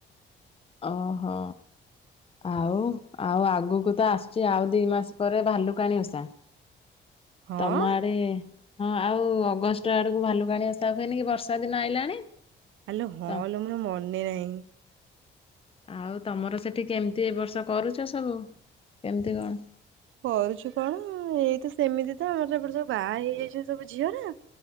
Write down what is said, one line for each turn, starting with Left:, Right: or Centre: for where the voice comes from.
Left: ଓହୋ। ଆଉ ଆଉ ଆଗ୍ ଆଗୁକୁ ତ ଆସଚି ଆଉ ଦୁଇ ମାସ ପରେ ଭାଲୁକାଣି ଓଷା।
Right: ହଁ
Left: ତମ ଆଡେ ହଁ ଆଉ ଅଗଷ୍ଟ ଆଡକୁ ଭାଲୁକାଣି ଓଷା ହୁଏନି କି ବର୍ଷା ଦିନ ଆଇଲାଣି।
Right: ଆଲୋ ହଁ
Left: ତ
Right: ଲୋ ମୋର ମନେ ନାଇଁ।
Left: ଆଉ ତମର ସେଠି କେମତି ଏ ବର୍ଷ କରୁଚ ସବୁ କେମିତି କଣ?
Right: କରୁଛୁ କଣଅ ଏଇ ତ ସେମିତି ତ ଆମର ଏପଟେ ସବୁ ବାଆ ହେଇଯାଇଚନି ସବୁ ଝିଅରା